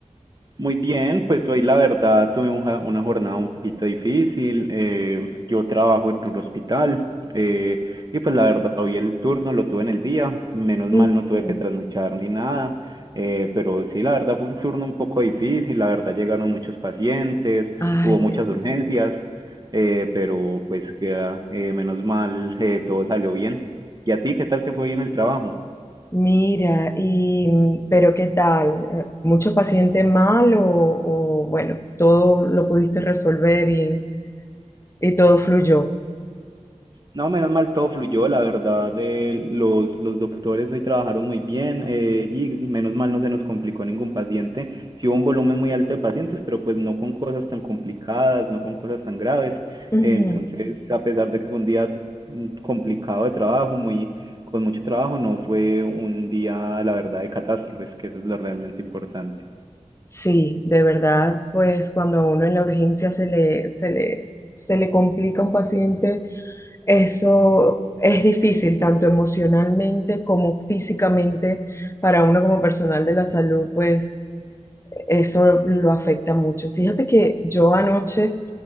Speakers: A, on the right; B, on the left.
A: Muy bien, pues hoy la verdad tuve un ja- una jornada un poquito difícil. eh, yo trabajo en un hospital eh, y pues la verdad hoy el turno lo tuve en el día. Menos
B: Ujú.
A: mal no tuve que trasnochar ni nada. eh, pero sí, la verdad fue un turno un poco difícil. La verdad llegaron muchos pacientes,
B: Ay,
A: hubo muchas
B: Dios
A: urgencias,
B: mío.
A: eh, pero pues que, ah, eh, menos mal eh, todo salió bien. ¿Y a ti qué tal te fue hoy en el trabajo?
B: Mira, y mm, pero ¿qué tal? Eh, ¿Mucho paciente mal o, o, bueno, todo lo pudiste resolver y, y todo fluyó?
A: No, menos mal todo fluyó, la verdad, eh, los, los doctores hoy trabajaron muy bien eh, y menos mal no se nos complicó ningún paciente. Sí hubo un volumen muy alto de pacientes, pero pues no con cosas tan complicadas, no con cosas tan graves.
B: Ujú.
A: Eh, entonces, a pesar de que fue un día mm, complicado de trabajo, muy, con mucho trabajo, no fue un día, la verdad, de catástrofes, que eso es lo realmente importante.
B: Sí, de verdad, pues cuando a uno en la urgencia se le, se le, se le complica un paciente. Eso es difícil, tanto emocionalmente como físicamente, para uno como personal de la salud, pues eso lo afecta mucho. Fíjate que yo anoche,